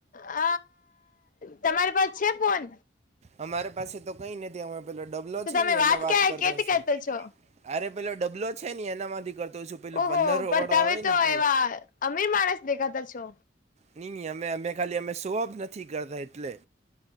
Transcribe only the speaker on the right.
અમારે પાસે તો કંઈ નથી. અમે પેલો ડબલો
છે
ને, એમાં વાત
કરતો
છું.
અરે, પેલો ડબલો છે ને, એના માંથી કરતો છું. પેલું
પંદર
વાળો
આવે ને
તે
ની ની અમે અમે ખાલી અમે શોઅપ નથી કરતા એટલે.